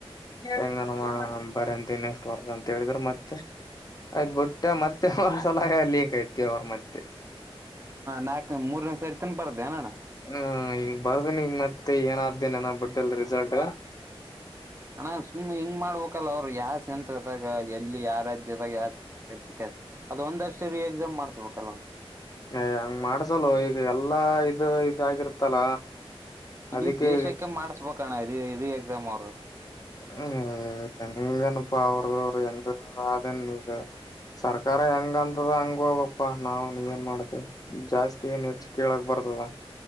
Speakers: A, on the left; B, on the right.
A: ಹೆಂಗನಮ್ಮ ಬರಂತ ಇನ್ ಎಷ್ಟ ವರ್ಗಂತ ಹೇಳಿದ್ರರು ಮತ್ತೆ ಆಯ್ತ್ ಬಿುಟ್ಟೆ ಮತ್ತೆ ಒಂದ್ಸಲ ಲೀಕ್ ಐತಿ ಅವ್ರ ಮತ್ತೆ
B: ನಾಲ್ಕ ಮೂರನೇ ಸರಿ ತನ್ ಬರ್ ಅಣಣ್ಣ
A: ಹ್ಮ್ ಈಗ ಬಾರ್ದನಗ ಮತ್ತೆ ಏನಾದ್ದೇನನ ಬುಟ್ಟಲ್ ರಿಸಲ್ಟ್
B: ಅಣ ಸುಮ್ ಹಿಂಗ್ ಮಾಡ್ಬೇಕಲ್ಲ ಅವ್ರು ಯಾವ ಸೆಂಟ್ರ ಅದಾಗ ಎಲ್ಲಿ ಯಾರಾದ ಜೊತೆ ಅದ ಒಂದ್ರ್ಷ್ಟ ಎಕ್ಸಾಮ್ ಮಾಡ್ಸ್ಬೇಕಲ್ಲ ಅವ್ರು
A: ಏ ಹಂಗ್ ಮಾಡ್ಸಲ ಈಗ ಎಲ್ಲಾ ಇದು ಇದಾಗಿರ್ತ್ತಲ
B: ಇಡೀ
A: ಅದಕ್ಕೆ
B: ದೇಶಕ್ಕೆ ಮಾಡಿಸಬೇಕಣ್ಣ ರಿ ರಿ ಎಕ್ಸಾಮ್ ಅವರು
A: ಹ್ಮ್ ಹೆಂಗನಪಾ ಅವರುರು ಹೆಂಗ ಅನ್ ಈಗ ಸರ್ಕಾರ ಹೆಂಗ ಅಂತದಂಗ ಹಾಗಪ್ಪಾ ನಾವು ನೀ ಏನ್ ಮಾಡ್ತಿೇವಿ ಜಾಸ್ತಿ ಏನ್ ಹೆಚ್ಚು ಕೇಳಕ್ ಬರ್ತದ